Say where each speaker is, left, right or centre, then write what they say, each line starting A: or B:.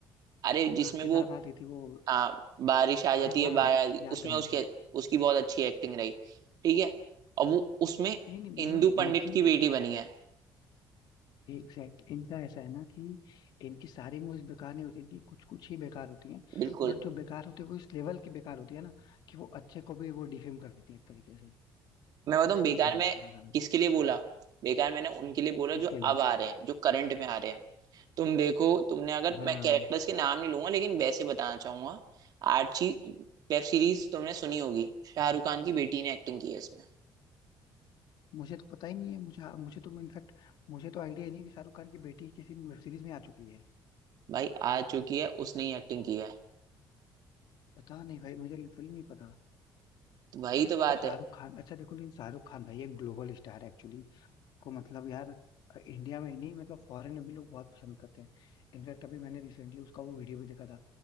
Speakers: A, on the right (about 55°); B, on the left (about 65°).
A: अरे जिसमें
B: हाँ केदारनाथ
A: वो
B: ही थी वो
A: आ, बारिश आ जाती
B: हाँ हाँ
A: है बारिश
B: याद
A: उसमें
B: है मुझे
A: उसके उसकी बहुत अच्छी एक्टिंग रही ठीक है और वो उसमें
B: नहीं नहीं मतलब
A: इंदु पंडित
B: इनकी
A: की बेटी बनी है
B: एग्जैक्ट इनका ऐसा है ना कि इनकी सारी मूवीज बेकार नहीं होती इनकी कुछ कुछ ही बेकार होती हैं
A: बिल्कुल
B: बट जो बेकार होती है वो इस लेवल की बेकार होती है ना कि वो अच्छे को भी वो डिफेम कर देती है एक तरीके से
A: मैं बताऊं
B: बस
A: बेकार
B: ये कहना
A: में
B: चाहता था मैं तो
A: किसके लिए बोला बेकार मैंने उनके लिए बोला
B: किसके
A: जो अब
B: लिए
A: आ रहे हैं जो करंट में आ रहे हैं तुम देखो तुमने अगर
B: हाँ
A: मैं कैरेक्टर्स के नाम नहीं लूंगा लेकिन वैसे बताना चाहूंगा आर्ची वेब सीरीज तुमने सुनी होगी शाहरुख खान की बेटी ने एक्टिंग की है इसमें
B: मुझे तो पता ही नहीं है मुझे मुझे तो इनफैक्ट मुझे तो आइडिया ही नहीं कि शाहरुख खान की बेटी किसी वेब सीरीज में आ चुकी है
A: भाई आ चुकी है उसने ही एक्टिंग की है
B: पता नहीं भाई मुझे लिटरली नहीं पता
A: तो वही तो बात
B: यार शाहरुख
A: है
B: खान अच्छा देखो लेकिन शाहरुख खान भाई एक ग्लोबल स्टार है एक्चुअली इसको मतलब यार इंडिया में ही नहीं मतलब फॉरेन में भी लोग बहुत पसंद करते हैं इनफैक्ट अभी मैंने रिसेंटली उसका वो वीडियो भी देखा था